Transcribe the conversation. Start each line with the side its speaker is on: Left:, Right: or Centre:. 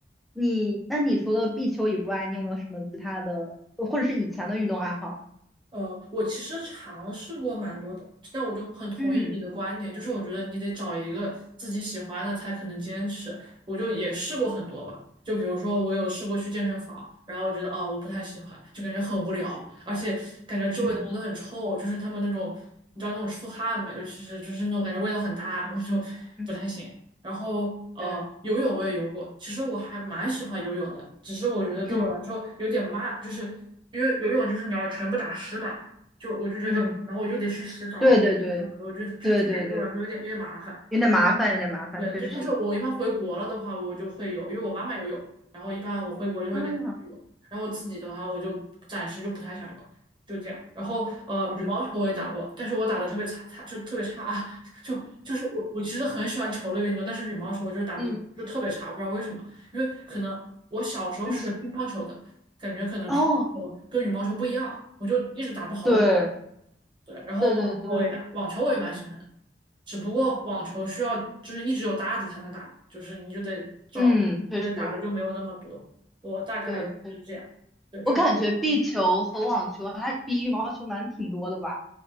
Centre: 你，那你除了壁球以外，你有没有什么其他的，或者是以前的运动爱好？
Right: 呃，我其实尝试过蛮多的，但我就很同意你的观点，
Centre: 嗯
Right: 就是我觉得你得找一个自己喜欢的才可能坚持。我就也试过很多吧，就比如说我有试过去健身房，然后我觉得哦我不太喜欢，
Centre: 嗯
Right: 就感觉很无聊，而且感觉周围的人都很臭，
Centre: 嗯
Right: 就是他们那种你知道那种出汗嘛，尤其是就是那种感觉味道很大，我就不太行。
Centre: 嗯，
Right: 然后呃，
Centre: 对，
Right: 游泳我也游过，其实我还蛮喜欢游泳的，只是我觉得对我来说有点慢，
Centre: 嗯
Right: 就是因为游泳就是你要全部打湿嘛，就我就觉得，
Centre: 嗯，
Right: 然后我就得去洗澡，
Centre: 对对对
Right: 我就我觉得就是这点对我来说有点有点麻烦。
Centre: 对对对，有点麻烦，有点麻烦，
Right: 对，
Centre: 确实。
Right: 就但是我一般回国了的话，我就会有，因为我妈妈有有嘛然后一般我回国就会跟她去有，
Centre: 啊，
Right: 然后我自己的话，我就暂时就不太想有，就这样。然后呃，
Centre: 嗯对，
Right: 羽毛球我也打过，但是我打的特别差，差就特别差啊，<laughs> 就就是我我其实很喜欢球类运动，但是羽毛球我就是打的就特别差，
Centre: 嗯
Right: 不知道为什么，因为可能我小时候是学乒乓球的，
Centre: 嗯嗯
Right: 感觉可能乒乓球跟羽毛球不一样，
Centre: 哦，
Right: 我就一直打不好羽。
Centre: 对
Right: 对，然后网球我也打，
Centre: 对对对，
Right: 网球我也蛮喜欢的。只不过网球需要就是一直有搭子才能打，
Centre: 嗯
Right: 就是你就得找，
Centre: 嗯，确实，
Right: 对，打的就没有那么多。我大概就是这样，
Centre: 对。
Right: 对，就是
Centre: 我感觉壁球和网球还比羽毛球难挺多的吧？